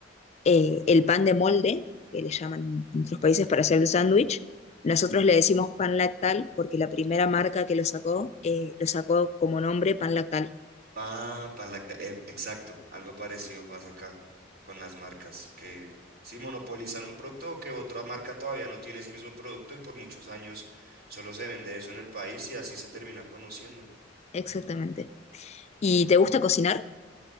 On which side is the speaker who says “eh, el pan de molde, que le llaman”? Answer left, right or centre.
Left